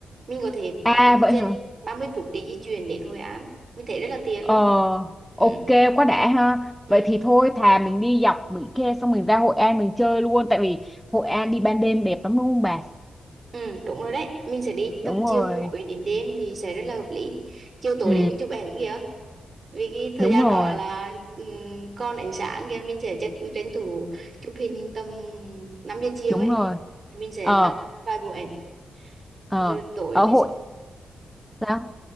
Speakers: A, on the right; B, in the centre.
A: mình có thể
B: à
A: um,
B: vậy
A: trên
B: hả?
A: 30 phút để di chuyển đến Hội An mình thấy rất là tiện
B: Ờ,
A: luôn ừ.
B: ok quá đã ha.
A: Ừ.
B: Vậy thì thôi thà mình đi dọc Mỹ Khê xong mình ra Hội An mình chơi luôn tại vì Hội An đi ban đêm đẹp lắm đúng không bà?
A: Ừ, đúng rồi đấy. Mình sẽ đi tầm
B: Đúng
A: chiều
B: rồi.
A: tối đến đêm thì sẽ rất là hợp lý. Chiều tối
B: Ừ,
A: để mình chụp ảnh kìa. Vì cái thời
B: đúng
A: gian
B: rồi,
A: đó là ừm, còn ánh sáng kìa mình sẽ chất tranh thủ chụp hình tầm năm giờ chiều
B: đúng
A: ấy.
B: rồi.
A: Mình sẽ
B: Ờ,
A: làm vài bộ ảnh
B: ờ,
A: rồi tối
B: ở
A: mình
B: Hội
A: sẽ
B: sao?